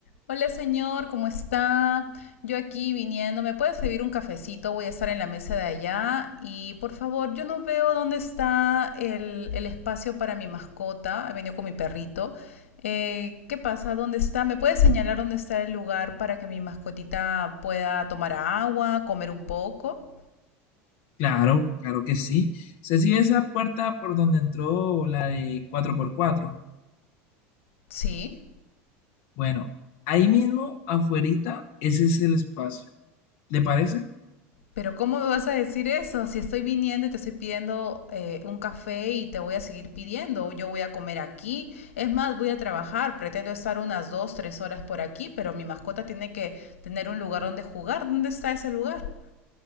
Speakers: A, on the left (about 85°); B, on the left (about 65°).
A: Hola señor, ¿cómo está? Yo aquí viniendo, ¿me puede servir un cafecito? Voy a estar en la mesa de allá y por favor, yo no veo dónde está el, el espacio para mi mascota. He venido con mi perrito. Eh, ¿qué pasa? ¿Dónde está? ¿Me puede señalar dónde está el lugar para que mi mascotita pueda tomar agua, comer un poco?
B: Claro, claro que sí. Se sigue esa puerta por donde entró la de cuatro por cuatro?
A: Sí.
B: Bueno, ahí mismo, afuerita, ese es el espacio. ¿Le parece?
A: Pero ¿cómo me vas a decir eso? Si estoy viniendo y te estoy pidiendo eh, un café y te voy a seguir pidiendo, o yo voy a comer aquí. Es más, voy a trabajar, pretendo estar unas dos, tres horas por aquí, pero mi mascota tiene que tener un lugar donde jugar. ¿Dónde está ese lugar?